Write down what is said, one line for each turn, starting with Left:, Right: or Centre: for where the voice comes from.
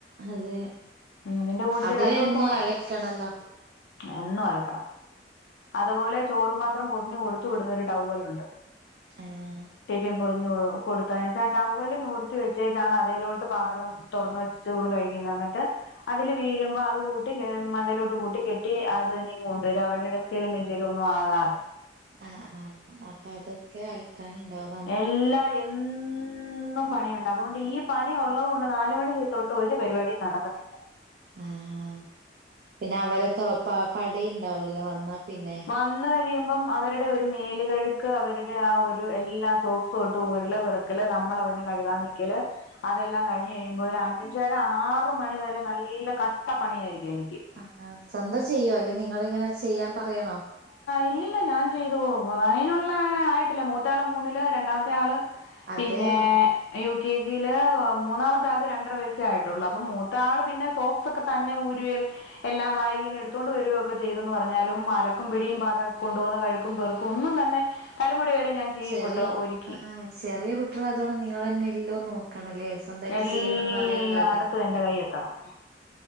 Right: അതെ
Left: ഉം ഇവന്റെ കൂടുത്തെ
Right: അതും
Left: രണ്ടു-
Right: എന്നും
Left: ദിവസം.
Right: അലക്കണല്ലോ
Left: എന്നും അലക്കണം. അതുപോലെ ചോറും പാത്രം- പൊതിഞ്ഞ് കൊടുത്തു വിടുന്ന ഒരു- ടൗവലുണ്ട്.
Right: ആഹ്
Left: ടിഫിൻ - പൊതിഞ്ഞ് കൊടുത്ത് അയച്ച- ടൗവല് നൂർത്തി വെച്ചേച്ചാണ്- അതേലോട്ട് പാത്രം. തുറന്ന് വെച്ച് ചോറ് കഴിക്കുന്നെ- എന്നിട്ട് അതില് വീഴുമ്പോ അത് കൂ- കട്ട മണ്ടലോട്ട് കൂട്ടി കെട്ടി- അതന്നെ കൊണ്ടു വരും. അവരുടെ ടെസ്കേലും, ബെചേലും ഒന്നും ആവാതെ.
Right: ആഹ്‌ ആഹ്‌ അപ്പോ- അതൊക്കെ അൽക്കാനി- ഇണ്ടാവും.
Left: എല്ലാ എന്നും പണിയുണ്ട്. അതുകൊണ്ട് ഈ പണി ഉള്ളത്- കൊണ്ട് നാലു മണി തൊട്ട് ഒരു- പരിപാടി നടക്കത്തില്ല.
Right: ആഹ്‌ പിന്നെ അവരെ പടി- ഇണ്ടാവല്ലോ വന്നാ പിന്നെ.
Left: വന്ന് കഴിയുമ്പം അവരുടെ ഒരു- മേലുകഴുക്ക്, അവരുടെ ആ ഒരു എല്ലാ സോ- ഡ്രസ്സ്‌ ഉരല്, പെറുക്കല്, നമ്മള്- അതിനെ കഴുകാൻ നിക്കല്. അതെല്ലാം കഴിഞ്ഞ് കഴിയുമ്പോ- ഒരു അഞ്ചര, ആറ് മണിവരെ- നല്ല കട്ടപ്പണിയായിരിക്കും എനിക്ക്.
Right: ആഹ്‌ സ്വന്തം ചെയ്യുവോ? അല്ലെ നിങ്ങളിങ്ങനെ ചെയ്യാൻ- പറയണോ?
Left: ഇല്ലില്ല ഞാൻ ചെയ്തോളു. അതിനുള്ള ആയിട്ടില്ല. മൂത്ത ആൾ മൂന്നിൽ, രണ്ടാമത്തെ ആൾ-
Right: അതെയോ
Left: പിന്നെ. യു. കെ. ജി യില്, മൂന്നാമത്തെ- ആക് രണ്ടര വയസ്സേ ആയിട്ടുള്ളൂ. അപ്പം മൂത്ത ആള് പിന്നെ സോക്സ് ഒക്കെ, തന്നെ ഊരുവയും എല്ലാം ബാഗീന്ന് എടുത്തോണ്ട് വരികയും ഒക്കെ ചെയ്തെന്ന് പറഞ്ഞാലും അലക്കും, പിടിം പാത്രം കൊണ്ടു പോവുന്ന കഴുക്കും, പെർക്കും, ഒന്നും തന്നെ തലമുടി വരെ ഞാൻ ചീവി
Right: ചെറിയ
Left: കൊട്ട് ഒരുക്കി
Right: ആഹ് ചെറിയ കുട്ടിയളായതോണ്ട് നിങ്ങളന്നെ എല്ലോ നോക്കണല്ലേ? സ്വന്തായിട്ട്
Left: എല്ലായിടത്തും
Right: ചെയ്യാനൊന്നും അറിയല്ണ്ടാവൂല്ലല്ലേ
Left: എന്റെ കൈ എത്തണം